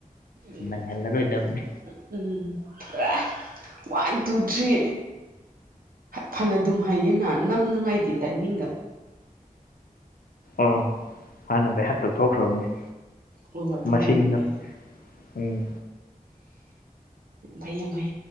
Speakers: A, on the right (about 80°); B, on the left (about 85°).
A: <unintelligible>
B: ꯅꯪꯍꯜꯂꯔꯣꯏꯗꯕꯅꯤ
A: ꯎꯝ ꯄꯨꯔꯥ ꯋꯥꯟ ꯇꯨ ꯊ꯭ꯔꯤ ꯐꯥꯅꯗꯨꯝ ꯍꯥꯏꯩꯌꯦꯅ ꯅꯝꯅꯤꯉꯥꯏꯒꯤ ꯇꯥꯏꯃꯤꯡꯒꯥ
B: ꯑꯥ ꯍꯥꯟꯅ ꯚꯩꯍꯥꯠ ꯇꯧꯊꯣꯛꯈ꯭ꯔꯕꯅꯤ
A: ꯑꯣ ꯑꯗꯨꯃꯥꯏ
B: ꯃꯁꯤꯡꯗꯣ
A: ꯑꯣꯏꯔꯝꯅꯤ
B: ꯎꯝ
A: ꯐꯩ ꯌꯥꯝ ꯐꯩ